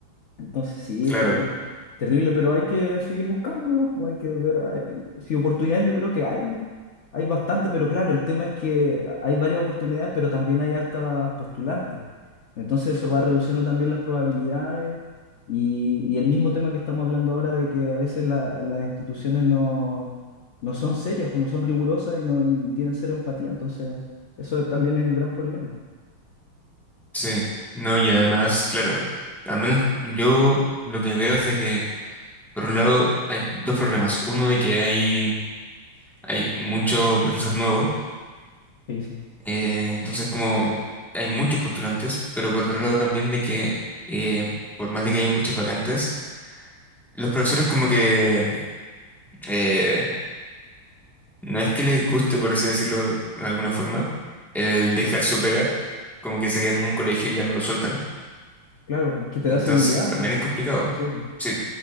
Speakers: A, on the left (about 80°); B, in the centre.
A: Entonces sí,
B: claro,
A: es terrible, terrible, pero hay que seguir buscando, ¿no? Pues Hay que ver, hay- si oportunidades yo creo que hay, hay bastante, pero claro, el tema es que hay varias oportunidades, pero también hay hartas postulantes. Entonces eso va reduciendo también las probabilidades y, y el mismo tema que estamos hablando ahora de que a veces la- las instituciones no, no son serias, pues no son rigurosas y, no, y tienen cero empatía. Entonces eso también es un gran problema.
B: sí. No, y además, claro, al menos yo lo que veo es de que Por un lado, hay dos problemas. Uno de que hay, hay mucho profesor nuevo,
A: Sí, sí,
B: eh, entonces como
A: también.
B: hay muchos postulantes, pero por otro lado también de que eh, por más de que haya muchas vacantes, los profesores como que eh, no es que les guste, por así decirlo de alguna forma, el dejar su pega, como que se quedan en un colegio y ya no lo sueltan.
A: Claro, pues, que te
B: Entonces
A: da seguridad,
B: también
A: pues.
B: es complicado.
A: Sí. pues.
B: Sí,